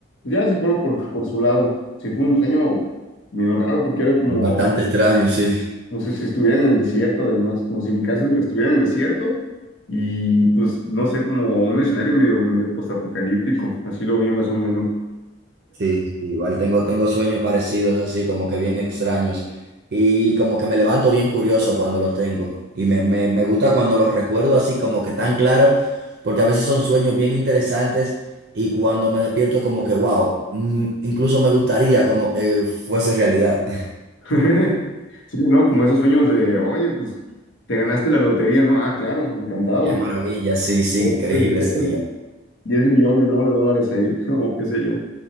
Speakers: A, on the left (about 70°); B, on the right (about 50°).
A: ya se fueron por, por su lado. Sí, fue un sueño medio raro porque era como,
B: Bastante extraño, sí.
A: como si, si estuviera en el desierto, además, como si mi casa estuviera en el desierto y pues no sé, como un escenario medio, medio postapocalíptico, así lo vi más o menos.
B: Sí, sí, sí, igual tengo, tengo sueños parecidos así, como que bien extraños. Y como que me levanto bien curioso cuando los tengo. Y me, me, me gusta cuando los recuerdo así como que tan claro, porque a veces son sueños bien interesantes y cuando me despierto como que, wow, mm, incluso me gustaría como que fuese realidad.
A: <laughs> Sí, ¿no? Como esos sueños de, oye, pues te ganaste la lotería, ¿no? Ah, claro, encantado.
B: Qué maravilla, sí, sí,
A: Pero
B: increíble
A: te despiertas
B: sería.
A: 10 millones, ¿no? De dólares ahí, <laughs> o qué sé yo.